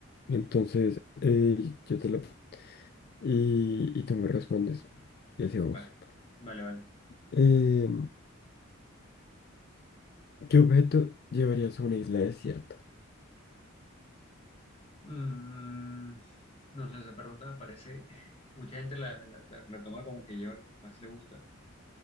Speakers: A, on the left; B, on the left.
A: Entonces, eh, yo te la... Y, y tú me respondes, y así vamos.
B: Vale, vale, vale.
A: Eh, ¿qué objeto llevarías a una isla desierta?
B: Mm, no sé, esa pregunta me parece, mucha gente la, la- la- la toma como que lleva lo que más le gusta,